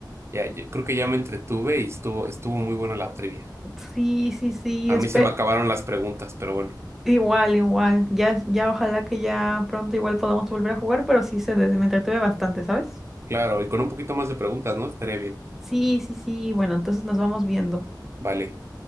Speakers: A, on the right; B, in the centre.
A: ya, yo creo que ya me entretuve y estuvo, estuvo muy buena la trivia.
B: Sí, sí, sí,
A: A
B: espero.
A: mí se me acabaron las preguntas, pero bueno,
B: Igual, igual. Ya, ya ojalá que ya pronto igual podamos volver a jugar, pero sí se des- me entretuve bastante, ¿sabes?
A: claro, y con un poquito más de preguntas, ¿no? Estaría bien.
B: Sí, sí, sí. Bueno, entonces nos vamos viendo.
A: Vale.